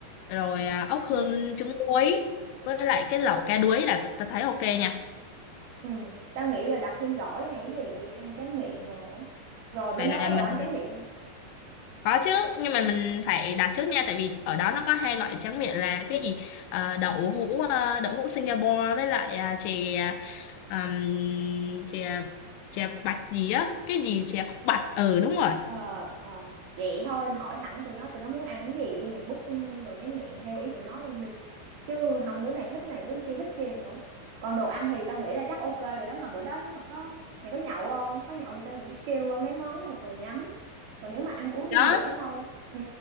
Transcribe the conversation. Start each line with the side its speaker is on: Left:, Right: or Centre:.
Left: rồi à, ốc hương
Right: ừ
Left: trứng muối với lại cái lẩu cá đuối là t- tao thấy ok nha
Right: ừ tao nghĩ là đặt thêm gỏi hay cái gì đi ăn tráng miệng đồ á rồi bên
Left: vậy
Right: đó
Left: là
Right: có đồ
Left: mình
Right: ăn tráng miệng không
Left: có chứ nhưng mà mình phải đặt trước nha tại vì ở đó nó có hai loại tráng miệng là cái gì Ờ, đậu hũ ờ, đậu hũ Singapore với lại à, chè um, chè chè bạch gì á cái gì chè khúc bạch ừ đúng rồi
Right: ờ ờ vậy thôi em hỏi thẳng tụi nó tụi nó muốn ăn cái gì đi mày book đồ tráng miệng theo ý tụi nó luôn đi chứ không đứa này thích này đứa kia thích kia nữa còn đồ ăn thì tao nghĩ là chắc ok rồi đó mà bữa đó nếu mà có mày có nhậu không có nhậu thì tao nghĩ kêu ờ, mấy món thuộc đồ nhắm còn nếu mà ăn uống
Left: đó
Right: vui vẻ thôi ừ